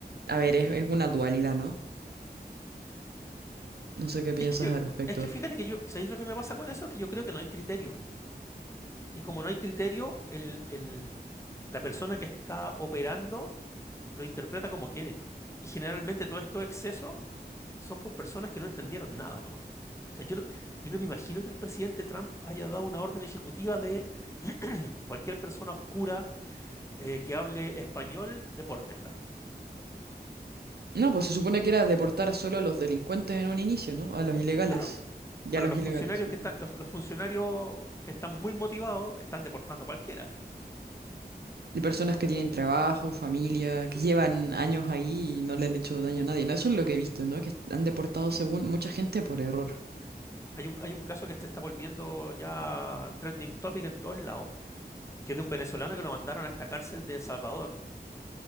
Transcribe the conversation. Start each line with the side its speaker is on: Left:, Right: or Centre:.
Right: a ver, es, es una dualidad, ¿no? No sé qué piensas
Left: Es que yo,
Right: al respecto.
Left: es que fíjate que yo, ¿sabéis lo que me pasa con eso? Es que yo creo que no hay criterio. Y como no hay criterio, el, el- la persona que está operando lo interpreta como quiere. Y generalmente todos estos excesos son por personas que no entendieron nada nomás. O sea, yo no, yo no me imagino que el presidente Trump haya dado una orden ejecutiva de cualquier persona oscura eh, que hable español, depórtenla.
Right: No, pues se supone que era deportar solo a los delincuentes en un inicio, ¿no? A los ilegales.
Left: Claro,
Right: Ya
Left: pero
Right: a los
Left: los
Right: ilegales.
Left: funcionarios
Right: de
Left: que están, los, los funcionarios que están muy motivados están deportando a cualquiera.
Right: personas que tienen trabajo, familia,
Left: Sí,
Right: que llevan años ahí
Left: sí,
Right: y no le han hecho daño a nadie. No, eso es lo que he visto, ¿no? Que han deportado
Left: sí.
Right: según mucha gente por error.
Left: Hay un, hay un caso que se está volviendo ya trending topic en todos lados, que es de un venezolano que lo mandaron a esta cárcel de El Salvador.